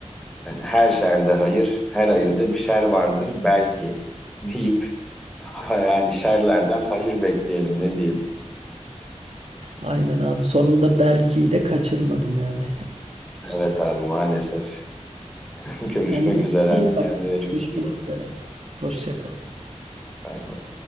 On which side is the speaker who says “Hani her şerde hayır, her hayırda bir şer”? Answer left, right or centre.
Centre